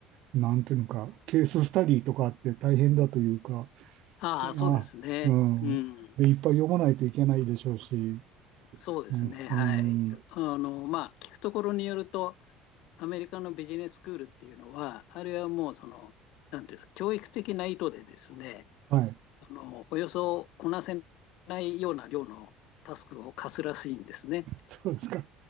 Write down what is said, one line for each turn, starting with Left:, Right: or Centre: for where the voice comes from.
Right: なんていうのか、ケーススタディとかあって大変だというか、
Left: ああ、
Right: いや、
Left: そうですね。
Right: うん。
Left: うん。
Right: で、いっぱい読まないといけないでしょうし、
Left: そうですね、
Right: うん、
Left: はい。
Right: うん、
Left: あの、まあ、聞くところによると、アメリカのビジネススクールっていうのは、あれはもう、その、なんていうんですか、教育的な意図でですね、
Right: はい、
Left: あの、およそこなせないような量のタスクを課すらしいんですね、
Right: そうですか。